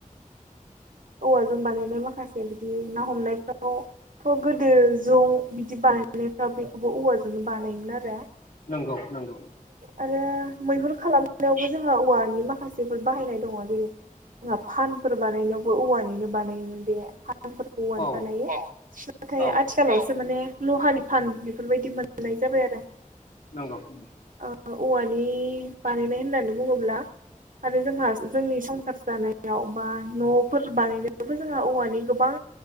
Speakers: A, on the left (about 80°); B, on the right (about 70°).
A: <inaudible>
B: औवाजों बानायनाय माखासे बिदि ना हमनायफ्रावथ' गोदो जौ बिदि बानाय <unintelligible> औवाजोंनो बानायोमोन आरो ।
A: नंगौ नंगौ
B: आरो मैहुर खालामनायावबो जोंहा औवानि माखासेफोर बाहायनाय दंङ जेरै जोंहा फानफोर बानायनायावबो औवानिनो बानायोमोन बे फ फोरखौनो
A: औ
B: बानायो नाथाय
A: औ
B: आथिखालावसो माने लहानि फान बेफोरबायदि मोननाय जाबाय आरो ।
A: नंगौ ।
B: औवानि बानायनाय होननानै बुंङोब्ला आरो जोंहा जोंनि संसार जानायाव बा नफोर बानायनायावबो जोंहा औवानि गोबां